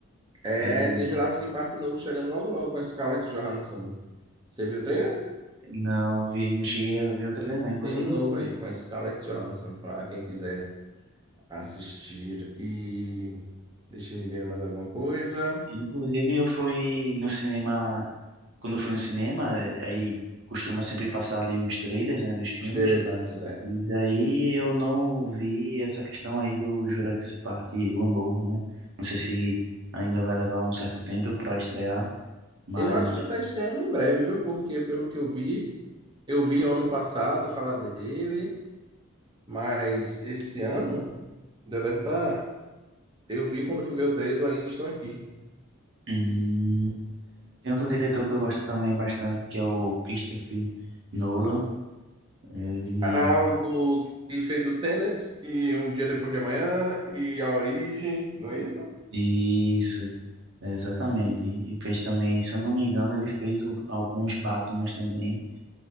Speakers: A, on the right; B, on the right.
A: É,
B: Ele.
A: tem Jurassic Park novo chegando logo logo com a Scarlett Johansson. Você viu o trailer?
B: Não, eu vi, não cheguei a ver o trailer, não. Inclusive,
A: Tem um novo
B: eu fui.
A: aí com a Scarlett Johansson para quem quiser assistir. E deixa eu ver mais alguma coisa.
B: Inclusive, eu fui no cinema quando eu fui no cinema, eh, aí costuma sempre passar ali uns trailers, né, dos filmes.
A: Os trailers antes é.
B: E daí eu não vi essa questão aí do Jurassic Park, o novo, né? Não sei se ainda vai levar um certo tempo para estrear, mas
A: Eu acho que já tá estreando em breve, viu? Porque pelo que eu vi, eu vi ano passado falar dele, mas esse ano já deve estar Eu vi quando eu fui ver o trailer do Ainda Estou Aqui.
B: hum, tem outro diretor que eu gosto também bastante, que é o Christopher Nolan. Ele,
A: Ao do que fez o Tenet e Um Dia Depois de Amanhã e A Origem, não é isso?
B: isso, é, exatamente. E fez também, se eu não me engano, ele fez o- alguns Batmans também.